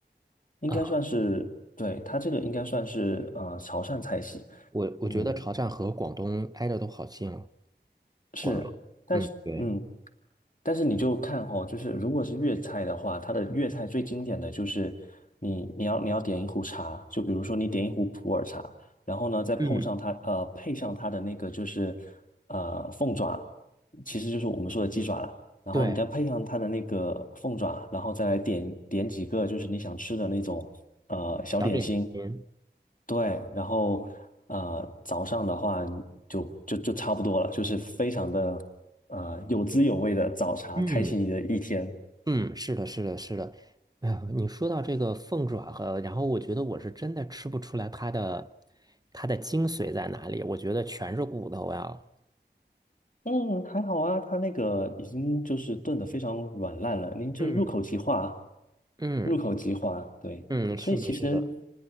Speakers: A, on the left; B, on the right.
A: 应该算是，
B: 啊。
A: 对，它这个应该算是啊潮汕菜系。
B: 我我觉得潮汕和广东挨着都好近啊。
A: 嗯，是，
B: 管了。
A: 但是嗯，
B: 嗯对，
A: 但是你就看哦，就是如果是粤菜的话，它的粤菜最经典的就是你你要你要点一壶茶，就比如说你点一壶普洱茶，然后呢再碰上它呃配上它的那个就是
B: 嗯，
A: 呃凤爪，其实就是我们说的鸡爪啦，然后你再配上它的那个凤爪，
B: 对，
A: 然后再来点点几个就是你想吃的那种呃小点心，
B: 小点心。
A: 对，然后呃，早上的话就就就差不多了，就是非常的呃有滋有味的早茶，
B: 嗯
A: 开启你的一天。
B: 嗯，是的，是的，是的。哎呀，你说到这个凤爪和，然后我觉得我是真的吃不出来它的它的精髓在哪里，我觉得全是骨头呀。
A: 嗯，还好啊，它那个已经就是炖的非常软烂了，您就是入口即化，
B: 嗯嗯
A: 入口即化，对，
B: 嗯，
A: 所以其实，
B: 是的，是的。